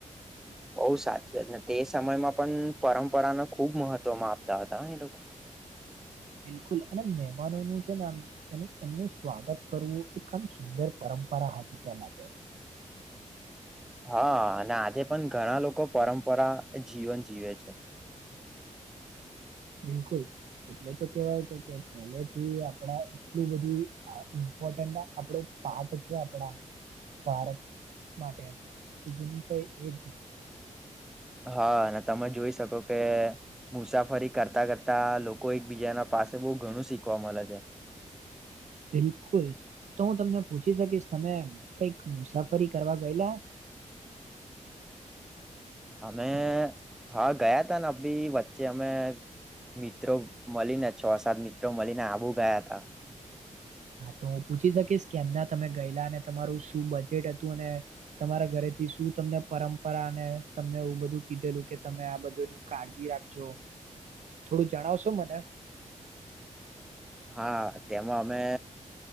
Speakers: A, in the centre; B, on the right.
A: બઉુ સાચું ને, તે સમયમાં પણ પરંપરાને ખુબ મહત્વમાં આપતા હતા, એ લોકો
B: <inaudible> બિલકુલ અને મહેમાનોનું છે, ને આમ એનું એમનું સ્વાગત, કરવું એક આમ સુંદર પર પરંપરા હથી, પેલા તો
A: હા, અને આજે પણ ઘણા લોકો પરંપરા જીવન જીવે છે.
B: બિલકુલ એટલે તો કેવાય છે, કે પેલે થી આપડા એટલું બધું ઇમ્પોર્ટ આપડ પાઠ છે, આપડા ભારત માટેજુનું કઈ, એજ, નહી.
A: હા, અને તમે જોઈ, શકો કે મુસાફરી કરતા કરતા લોકો એકબીજાના પાસે બહ, ઘણું શીખવા મળે છે.
B: બિલકુલ. તો હું, તમને પૂછી શકીશ તમે કઈક મુસાફરી કરવા ગયેલા <inaudible>
A: અમે
B: હલો
A: હા ગયા, ત ને અભી વચ્ચે અમે મિત્રો મળીને છ, સાત મિત્રો મળીને આબુ ગયા, તા
B: હા, તો હું પૂછી, શકીશ કેમના તમે ગયેલા અને તમારું શું બજેટ હતું, અને તમારા ઘરે થી શું, તમને પરંપરા અનેને તમને એવું બધું કીધેલું, કે તમે આ બધું કાળજી રાખજો થોડું, જણાવશો મને
A: હા, તેમાં અમે